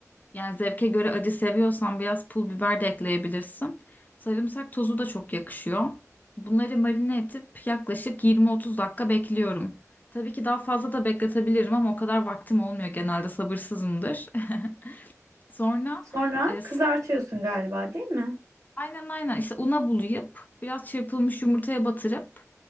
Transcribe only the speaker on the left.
yani zevke göre acı seviyorsan biraz pul biber de ekleyebilirsin. Sarımsak tozu da çok yakışıyor. Bunları marine edip yaklaşık 20-30 dakika bekliyorum. Tabii ki daha fazla da bekletebilirim ama o kadar vaktim olmuyor genelde sabırsızımdır. <laughs> Sonra
e, s-
aynen aynen işte una bulayıp biraz çırpılmış yumurtaya batırıp